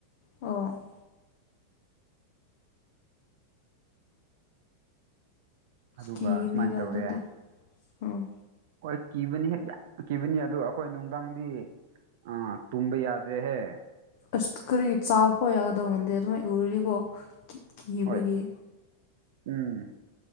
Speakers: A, on the left; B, on the right.
A: ꯑꯣ
B: ꯑꯗꯨꯒ
A: ꯀꯤꯅꯤꯗ
B: ꯁꯨꯃꯥꯏꯅ ꯇꯧꯔꯦ
A: ꯑꯗꯨꯗꯤ ꯎꯝ
B: ꯍꯣꯏ ꯀꯤꯕꯅꯤ ꯍꯦꯛ ꯌꯥꯝ ꯀꯤꯕꯅꯤ ꯑꯗꯨ ꯑꯩꯈꯣꯏ ꯅꯨꯡꯗꯥꯡꯗꯤ ꯑ ꯇꯨꯝꯕ ꯌꯥꯗ꯭ꯔꯦ ꯍꯦ
A: ꯑꯁ ꯀꯔꯤ ꯆꯥꯐꯄ ꯌꯥꯒꯗꯃꯗꯤꯦ ꯑꯗꯨꯃꯥꯏꯅ ꯎꯔꯤꯅꯤꯀꯣ ꯀꯤꯕꯒꯤ
B: ꯍꯣꯏ ꯎꯝ